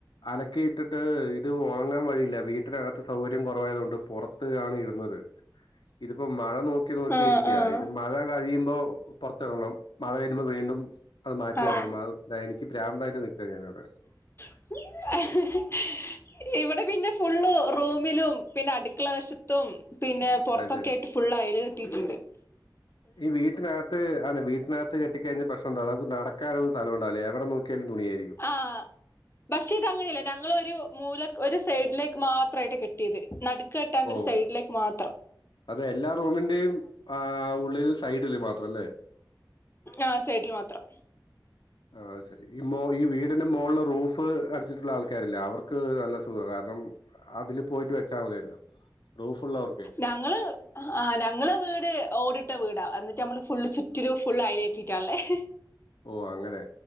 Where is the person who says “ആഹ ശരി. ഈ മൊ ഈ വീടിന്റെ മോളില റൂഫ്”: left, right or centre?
Left